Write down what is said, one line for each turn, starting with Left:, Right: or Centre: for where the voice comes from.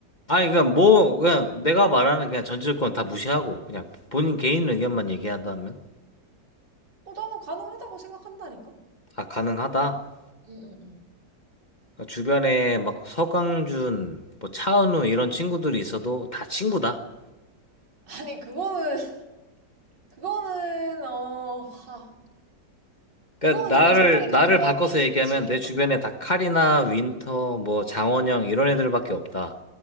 Left: 아니, 그러니까 뭐, 그냥 내가 말하는 그냥 전제조건 다 무시하고, 그냥 본인 개인 의견만 얘기하다면?
Right: 어, 나는 가능하다고 생각한다니까?
Left: 아, 가능하다.
Right: 응응응.
Left: 그러니까 주변에 막 서강준, 뭐 차은우 이런 친구들이 있어도 다 친구다.
Right: 아니 그거는 <laughs> 그거는 어 하,
Left: 그러니까
Right: 그거는
Left: 나를
Right: 좀 이성적인
Left: 나를
Right: 감정이
Left: 바꿔서
Right: 생길
Left: 얘기하면
Right: 수 있겠다.
Left: 내 주변에 다 카리나, 윈터, 뭐 장원영 이런 애들밖에 없다.